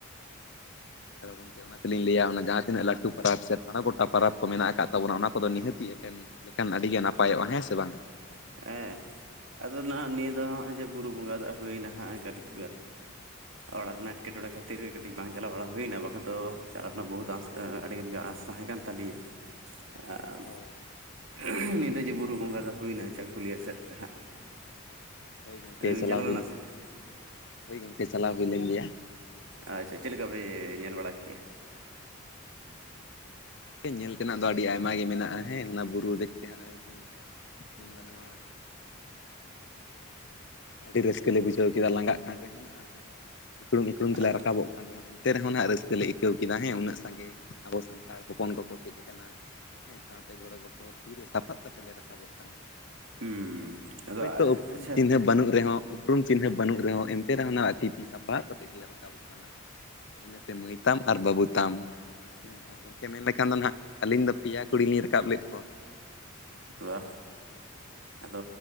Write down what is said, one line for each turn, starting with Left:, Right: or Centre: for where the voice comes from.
Left: ᱟᱫᱚ ᱜᱚᱝᱠᱮ ᱚᱱᱟᱛᱮᱞᱤᱧ ᱞᱟᱹᱭᱟ ᱚᱱᱟ ᱡᱟᱦᱟᱸ ᱛᱤᱱᱟᱹᱜ ᱞᱟᱹᱴᱩ ᱯᱟᱨᱟᱵᱽ ᱥᱮ ᱦᱟᱱᱟ ᱜᱚᱴᱟ ᱯᱟᱨᱟᱵᱽ ᱠᱚ ᱢᱮᱱᱟᱜ ᱟᱠᱟᱫ ᱛᱟᱵᱚᱱᱟ ᱚᱱᱟ ᱠᱚᱫᱚ ᱱᱤᱦᱟᱹᱛᱤ ᱮᱴᱮᱱ ᱞᱮᱠᱷᱟᱱ ᱟᱹᱰᱤᱜᱮ ᱱᱟᱯᱟᱭᱚᱜᱼᱟ ᱦᱮᱸᱥᱮ ᱵᱟᱝ!
Right: ᱦᱮᱸ ᱾ ᱟᱫᱚ ᱱᱟᱹᱜ ᱱᱤᱭᱟᱹ ᱫᱚ ᱦᱟᱸᱜ ᱡᱮ ᱵᱩᱨᱩ ᱵᱚᱸᱜᱟ ᱫᱟᱜ ᱦᱩᱭᱱᱟ ᱦᱟᱸᱜ ᱠᱟᱹᱴᱤᱡ ᱚᱲᱟᱜ ᱨᱮᱱᱟᱜ ᱮᱴᱠᱮᱴᱚᱬᱮ ᱠᱷᱟᱹᱛᱤᱨ ᱜᱮ ᱠᱟᱹᱴᱤᱡ ᱵᱟᱝ ᱪᱟᱞᱟᱣ ᱵᱟᱲᱟ ᱦᱩᱭᱮᱱᱟ ᱵᱟᱠᱷᱟᱱ ᱫᱚ ᱪᱟᱞᱟᱜ ᱨᱮᱱᱟᱜ ᱵᱚᱦᱩᱛ ᱟᱥ ᱟ ᱟᱹᱰᱤᱜᱟᱱ ᱜᱮ ᱟᱸᱥ ᱛᱟᱦᱮᱸ ᱠᱟᱱ ᱛᱟᱹᱞᱤᱧᱟᱹ ᱾ ᱟᱨ
Left: ᱦᱳᱭ
Right: <inaudible> ᱱᱤᱭᱟᱹ ᱫᱷᱟᱹᱣ ᱡᱮ ᱵᱩᱨᱩ ᱵᱚᱸᱜᱟ ᱫᱚ ᱦᱩᱭᱱᱟ ᱪᱟᱹᱠᱩᱞᱤᱭᱟᱹ ᱥᱮᱫ ᱨᱮ ᱦᱟᱸᱜ,
Left: ᱦᱳᱭ ᱜᱚᱝᱠᱮ
Right: ᱟᱹᱵᱤᱱ ᱵᱤᱱ
Left: ᱪᱟᱞᱟᱣ
Right: ᱪᱟᱞᱟ
Left: ᱦᱩᱭ
Right: ᱞᱮᱱᱟ
Left: ᱞᱮᱱ
Right: ᱥᱮ
Left: ᱜᱮᱭᱟ
Right: ᱪᱮᱫ?
Left: ᱦᱳᱭ ᱜᱚᱝᱠᱮ ᱪᱟᱞᱟᱣ ᱦᱩᱭ ᱞᱮᱱ ᱜᱮᱭᱟ ᱾
Right: ᱟᱪᱪᱷᱟ ᱪᱮᱫ ᱞᱮᱠᱟ ᱯᱮ ᱧᱮᱞ ᱵᱟᱲᱟ ᱠᱮᱜᱼᱟ?
Left: ᱧᱮᱞ ᱛᱮᱱᱟᱜ ᱫᱚ ᱟᱹᱰᱤ ᱟᱭᱢᱟ ᱜᱮ ᱢᱮᱱᱟᱜᱼᱟ ᱦᱮᱸ ᱚᱱᱟ ᱵᱩᱨᱩ ᱫᱮᱡ ᱛᱮ ᱦᱟᱸᱜ ᱨᱨᱮ ᱨᱮᱡᱚᱢ ᱢᱮᱱᱫᱟ ᱱᱚᱣᱟ ᱟᱹᱰᱤ ᱨᱟᱹᱥᱠᱟᱹᱞ ᱞᱮ ᱵᱩᱡᱷᱟᱹᱣ ᱠᱮᱫᱟ ᱞᱟᱸᱜᱟᱜ ᱠᱟᱱ ᱨᱮᱦᱚᱸ ᱱᱟᱦᱟᱜ ᱤᱠᱲᱩᱢ ᱤᱠᱲᱩᱢ ᱛᱮᱞᱮ
Right: ᱟᱫᱚ
Left: ᱨᱟᱠᱟᱵᱚᱜ ᱠᱟᱱ ᱨᱮᱦᱚᱸ ᱮᱱᱛᱮ ᱨᱮᱦᱚᱸ ᱱᱟᱦᱟᱸᱜ ᱨᱟᱹᱥᱠᱟᱹ ᱞᱮ ᱟᱹᱭᱠᱟᱹᱣ ᱠᱮᱫ ᱦᱮᱸ ᱩᱱᱟᱹᱜ ᱥᱟᱸᱜᱮ ᱟᱵᱚ ᱥᱟᱱ ᱛᱟᱲ ᱦᱚᱯᱚᱱ ᱠᱚᱠᱚ ᱦᱮᱡ ᱟᱠᱟᱱᱟ ᱦᱮᱸ ᱥᱟᱶᱛᱮ ᱜᱚᱲᱚ ᱜᱚᱯᱲᱚ ᱛᱤᱨᱮ ᱥᱟᱯᱟᱵ ᱠᱟᱛᱮ ᱞᱮ ᱨᱟᱠᱟᱵᱚᱜ ᱠᱟᱱᱟ᱾
Right: ᱦᱩᱸ
Left: ᱦᱮᱸ
Right: ᱟᱫᱚ
Left: ᱦᱳᱭᱛᱳ ᱩᱯᱨᱩᱢ
Right: ᱟᱪᱪᱷᱟ
Left: ᱪᱤᱱᱦᱟᱹ ᱵᱟᱹᱱᱩᱜ ᱨᱮᱦᱚᱸ, ᱩᱯᱨᱩᱢ ᱪᱤᱱᱦᱟᱹ ᱵᱟᱹᱱᱩᱜ ᱨᱮᱦᱚᱸ ᱮᱱᱛᱮ ᱨᱮᱦᱚᱸ ᱱᱟᱦᱟᱜ ᱛᱤ-ᱛᱤ ᱥᱟᱯᱟᱵ ᱠᱟᱛᱮᱫ ᱜᱮᱞᱮ ᱨᱟᱠᱟᱵᱚᱜ ᱠᱟᱱᱟ᱾ ᱤᱱᱟᱹᱛᱮ ᱢᱟᱹᱭ ᱛᱟᱢ, ᱟᱨ ᱵᱟᱹᱵᱩ ᱛᱟᱢ᱾ ᱦᱮᱸ ᱟᱨ ᱜᱚᱢᱠᱮ ᱢᱮᱱ ᱞᱮᱠᱷᱟᱱ ᱫᱚ ᱱᱥᱦᱟᱸᱜ ᱟᱹᱞᱤᱧ ᱫᱚ ᱯᱮᱭᱟ ᱠᱩᱲᱤ ᱞᱤᱧ ᱨᱟᱠᱟᱵ ᱞᱮᱫ ᱠᱚᱣᱟ᱾
Right: ᱵᱟᱦ ᱟᱫᱚ